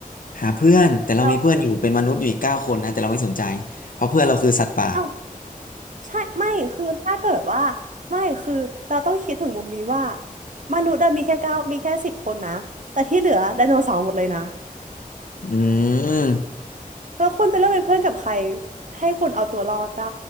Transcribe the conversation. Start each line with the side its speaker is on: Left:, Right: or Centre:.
Left: หาเพื่อนแต่เรามีเพื่อนอยู่เป็นมนุษย์อยู่อีกเก้าคนนะแต่เราไม่สนใจ
Right: เรา
Left: เพราะเพื่อนเราคือสัตว์ป่า
Right: เอ้าใช่ไม่คือถ้าเกิดว่าไม่คือเราต้องคิดถึงมุมนี้ว่ามนุษย์อะมีแค่เก้ามีแค่สิบคนนะแต่ที่เหลือไดโนเสาร์หมดเลยนะ
Left: อืม
Right: แล้วคุณจะเลือกเป็นเพื่อนกับใครให้คุณเอาตัวรอดได้